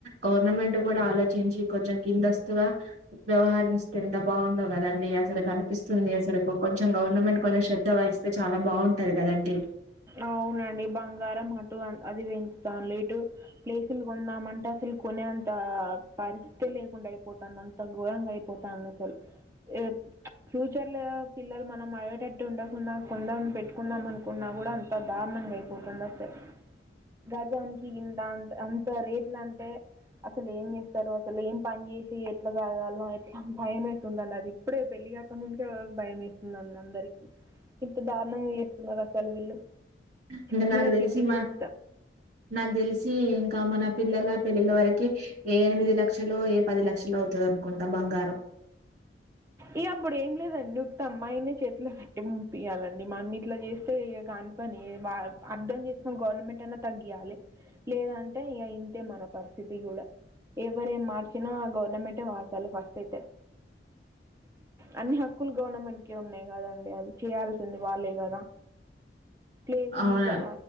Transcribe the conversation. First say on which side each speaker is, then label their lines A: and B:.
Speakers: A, on the right (about 45°); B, on the right (about 15°).
A: గవర్నమెంట్ గూడా ఆలోచించి కొంచెం కిందస్తుగా వ్యవహరించ్ ఎంత బాగుండో గదండి అస్ చాల కనిపిస్తుంది అసలు. కొ కొంచెం గవర్నమెంట్ కొంచెం శ దబాయిస్తే చాలా బాగుంటది కదండి.
B: అవునండి బంగారం అటు అవి పెంచుతాంన్లు. ఇటూ ప్లేసులు కొందాం అంటే అసలు కొనే అంతా పరిస్థితే లేకుండా అయిపోతాంది. అంత ఘోరంగా అయిపోతాంది అసల్. ప్చ్ ఫ్యూచర్ లో పిల్లల్ మనం అడిగేటట్టు ఉండకుండా కొందాం పెట్టికొందాం అనుకున్నా గూడా అంత్ అంత దారుణంగా అయిపోతుంది అసల్. గజానికి గింతా అంత అంత రేట్ల అంటే, అసలు ఏం చేస్తారు అసల్ ఏం పని చేసీ ఎట్ల సాదాల్నో ఎట్లాని భయం వేస్తుందండి అది ఇప్పుడే పెళ్ళిగాక ముందుకే భయం వేస్తుంది అందరికి. ఇంత దారుణంగా చేస్తున్నారు అసల్ వీళ్ళు.
A: అంటే
B: తినే
A: నాకు తెలిసి
B: తిండి
A: మా,
B: గుంత
A: నాకు తెలిసీ ఇంకా మన పిల్లలా పెళ్ళిళ వరికి ఏ ఎనిమిది లక్ష్ క్షలో ఏ పది లక్షలో అవుతది అనుకుంట బంగారం.
B: ఇగా అప్పుడు ఏం లేదండి. అమ్మాయిని చేతిలో పెట్టి పంపియ్యాలండి. మనమ్ ఇట్ల జేస్తే ఇగ కానిపనీ. బా అర్థం చేసుకొని గవర్నమెంట్ అయినా తగ్గియాలే. లేదంటే ఇగ ఇంతే మన పరిస్థితి గూడా. ఎవర్ ఏం మార్చినా గవర్నమెంటే మార్చాలి ఫస్ట్ అయితే. అన్ని హక్కులు గవర్నమెంట్ కే ఉన్నాయి కదండి అది చేయాల్సింది వాళ్ళే కదా ప్లేస్
A: అవునా
B: గీగా